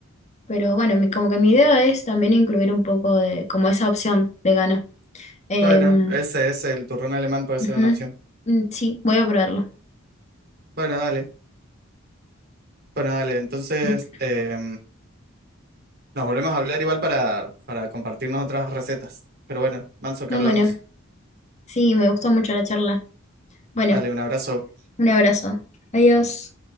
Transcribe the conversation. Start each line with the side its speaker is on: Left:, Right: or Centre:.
Left: Pero bueno, mi- como que mi idea es también incluir un poco de, como esa opción vegana. Em,
Right: Bueno, ese es el turrón alemán, puede
Left: ujú,
Right: ser una opción.
Left: mm, Sí, voy a probarlo.
Right: Bueno, dale. Bueno, dale. Entonces,
Left: <laughs>
Right: eh, Nos volvemos a hablar igual para, para compartirnos otras recetas. Pero bueno, Manso, que
Left: Bueno,
Right: hablamos.
Left: sí, me gustó mucho la charla. Bueno,
Right: Dale, un abrazo.
Left: un abrazo. Adiós.